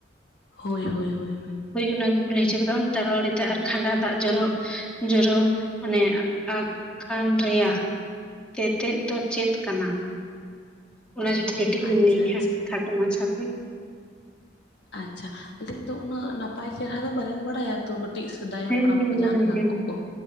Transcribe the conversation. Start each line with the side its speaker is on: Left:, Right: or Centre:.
Left: ᱦᱳᱭ ᱦᱳᱭ ᱦᱳᱭ,
Centre: ᱦᱩᱭ ᱚᱱᱟ ᱜᱮᱠᱚ, ᱞᱟᱹᱭ ᱦᱚᱪᱚ ᱟᱠᱟᱫᱟ ᱛᱟᱨᱚᱣᱟᱹᱲᱤ ᱫᱟᱜ ᱟᱨ ᱠᱷᱟᱸᱰᱟ ᱫᱟᱜ ᱡᱚᱨᱚ ᱡᱚᱨᱚ᱾ ᱢᱟᱱᱮ ᱟ ᱟᱠ ᱨᱮᱭᱟᱜ ᱛᱮᱛᱮᱫ ᱫᱚ ᱪᱮᱫ ᱠᱟᱱᱟ? ᱚᱱᱟ ᱡᱚᱫᱤ ᱠᱟᱹᱴᱤᱡ ᱵᱮᱱ
Left: ᱟᱪᱪᱷᱟ
Centre: ᱞᱟᱹᱭ ᱠᱷᱟᱱ
Left: ᱟᱪᱪᱷᱟ
Centre: ᱠᱷᱟᱴᱚ ᱢᱟᱪᱷᱟ ᱛᱮ?
Left: ᱟᱪᱪᱷᱟ, ᱟᱹᱞᱤᱧ ᱫᱚ ᱩᱱᱟᱹᱜ ᱱᱟᱯᱟᱭ ᱪᱮᱨᱦᱟ ᱫᱚ ᱵᱟᱹᱞᱤᱧ ᱵᱟᱲᱟᱭᱟ, ᱛᱚ ᱠᱟᱹᱴᱤᱡ ᱥᱮᱫᱟᱭ
Centre: ᱦᱮᱸ
Left: ᱦᱟᱯᱲᱟᱢ
Centre: ᱦᱮᱸ
Left: ᱠᱚ
Centre: ᱢᱟᱱᱮ
Left: ᱡᱟᱦᱟᱸ ᱞᱮᱠᱟ
Centre: ᱦᱮᱸ
Left: ᱠᱚᱠᱚ